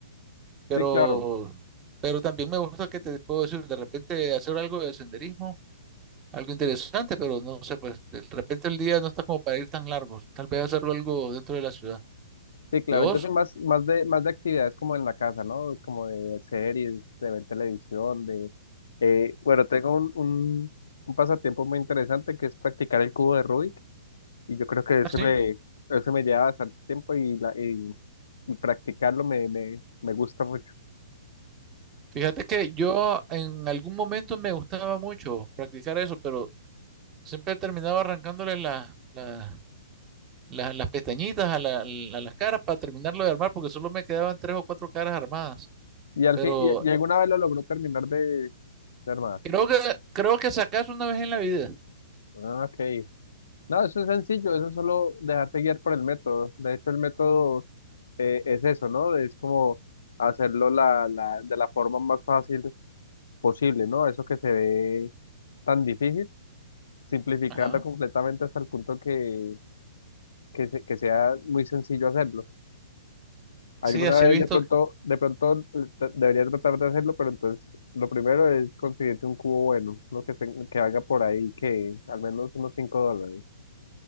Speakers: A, on the right; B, on the left.
A: Pero,
B: Sí, claro,
A: pero también me gusta que te puedo decir, de repente hacer algo de senderismo, algo interesante, pero no sé, pues de repente el día no está como para ir tan largos. Tal vez hacerlo algo dentro de la ciudad.
B: sí, claro.
A: ¿Y vos?
B: Yo soy más, más de, más de actividades como en la casa, ¿no? Como de series, de ver televisión, de... eh, bueno, tengo un, un, un pasatiempo muy interesante que es practicar el cubo de Rubik. Y yo creo que eso
A: Así.
B: me, eso me lleva bastante tiempo y, la, y, y practicarlo me, me, me gusta mucho.
A: Fíjate que yo en algún momento me gustaba mucho practicar eso, pero siempre terminaba arrancándole la- la- la- las pestañitas a, la- a las caras para terminarlo de armar, porque solo me quedaban tres o cuatro caras armadas.
B: Y al
A: Pero
B: fin, y, y alguna vez lo logró terminar de, de armar.
A: creo que creo que sacas una vez en la vida.
B: Ah, ok. No, eso es sencillo, eso es solo dejarse guiar por el método. De hecho, el método eh, es eso, ¿no? Es como hacerlo la, la, de la forma más fácil posible, ¿no? Eso que se ve tan difícil, simplificarlo
A: Ajá.
B: completamente hasta el punto que, que, se- que sea muy sencillo hacerlo. Alguna
A: Sí, así
B: vez
A: he visto.
B: de pronto, de pronto eh, tra- debería tratar de hacerlo, pero entonces lo primero es conseguirse un cubo bueno, lo que, ten- que haga por ahí, que al menos unos 5 dólares.